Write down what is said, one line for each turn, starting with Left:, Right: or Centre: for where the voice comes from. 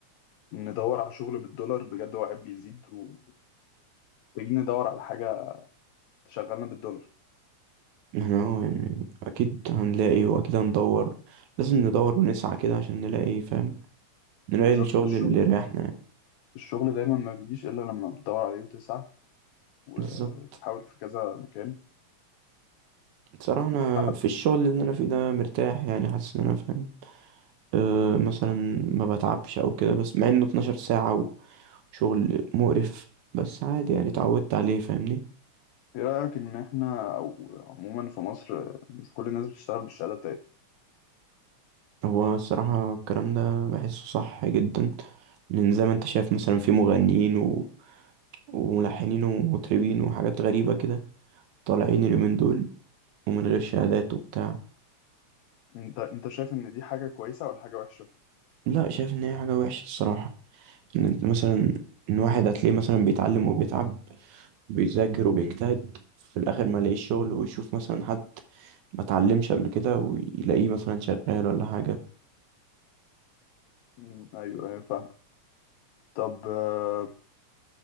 Left: ندور على شغل بالدولار بجد هو عيب بيزيد ومحتاجين ندور على حاجة تشغلنا بالدولار
Right: احنا أهو يعني أكيد هنلاقي وأكيد هندور لازم ندور ونسعى كده عشان نلاقي فاهم نلاقي
Left: بالظبط
Right: الشغل
Left: الشغل
Right: اللي يريحنا يعني
Left: الشغل دايما ما بيجيش إلا لما بتدور عليه وتسعى وتحاول
Right: بالظبط
Left: في كذا مكان
Right: بصراحة أنا
Left: في
Right: في الشغل اللي أنا فيه ده مرتاح يعني حاسس إن أنا فاهم أه مثلا ما بتعبش او كده بس مع انه 12 ساعة وشغل مقرف بس عادي يعني اتعودت عليه فاهمني
Left: إيه رأيك إن احنا أو عموما في مصر مش كل الناس بتشتغل بالشهادة بتاعتها
Right: هو الصراحة الكلام ده بحسه صح جدا لان زي ما انت شايف مثلا في مغنيين و... وملحنين ومطربين وحاجات غريبة كده طالعين اليومين دول ومن غير شهادات وبتاع
Left: انت انت شايف ان دي حاجة كويسة ولا حاجة وحشة؟
Right: لا شايف ان هي حاجة وحشة الصراحة ان انت مثلا ان واحد هتلاقيه مثلا بيتعلم وبيتعب بيذاكر وبيجتهد في الاخر ما يلاقيش شغل ويشوف مثلا حد ما اتعلمش قبل كده ويلاقيه مثلا شغال ولا حاجة
Left: مم. ايوه ايوه فاهم طب آه،